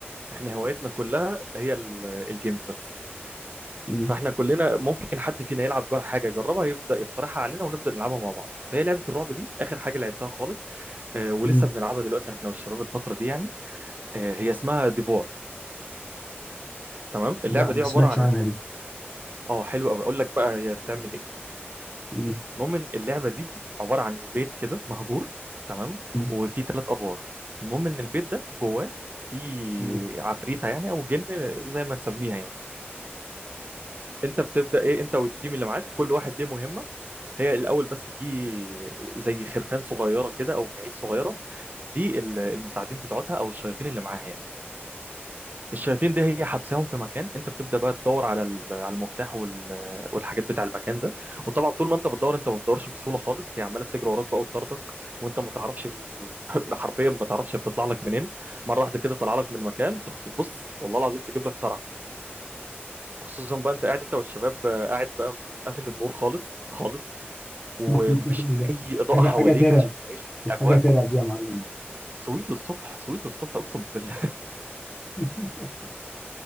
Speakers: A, on the right (about 45°); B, on the left (about 15°).
A: احنا هوايتنا كلها هي ال- الجيمز بس
B: مم.
A: فاحنا كلنا ممكن حد فينا يلعب جر- حاجه يجربها يبدا يقترحها علينا ونبدا نلعبها مع بعض فهي لعبه الرعب دي اخر حاجه لعبتها خالص آه، ولسه
B: مم.
A: بنلعبها دلوقتي انا والشباب الفتره دي يعني آه، هي اسمها ديفور تمام اللعبه
B: لا ما
A: دي
B: سمعتش
A: عباره عن
B: عنها دي
A: اه حلو قوي اقول لك بقى هي بتعمل ايه
B: مم.
A: المهم إن اللعبه دي عباره عن بيت كده مهجور تمام
B: مم.
A: وفي ثلاث ادوار المهم ان البيت ده جواه في
B: مم.
A: عفريته يعني او جن زي ما تسميها يعني انت بتبدا ايه انت والتيم اللي معاك كل واحد ليه مهمه هي الاول بس في زي خرفان صغيره كده او معيش صغيره دي ال- المساعدين بتوعتها او الشياطين اللي معاها يعني الشياطين دي هي حبساهم في مكان انت بتبدا بقى تدور على ال- على المفتاح وال- والحاجات بتاع المكان ده وطبعا طول ما انت بتدور انت ما بتدورش بسهوله خالص هي عماله بتجري وراك بقى وتطاردك وانت ما تعرفش <laughs> حرفيا ما تعرفش هي بتطلع لك منين مره واحده كده طالعه لك من مكان تخ- تبص والله العظيم تجيب لك صرع خصوصا بقى انت قاعد انت والشباب آه، قاعد بقى قافل النور خالص خالص ومفيش
B: <laughs> دي- دي
A: اي اضاءه
B: حاجه
A: حواليك
B: حاجه ترعب
A: عشان تعيش الاجواء
B: دي حاجه ترعب دي يا معلم <laughs>
A: سويت للصبح سويت للصبح اقسم بالله
B: دي